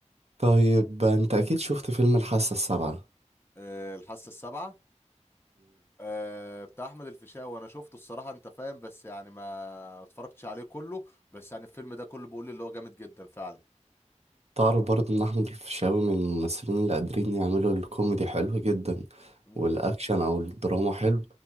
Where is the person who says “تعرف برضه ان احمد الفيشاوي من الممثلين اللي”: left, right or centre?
Right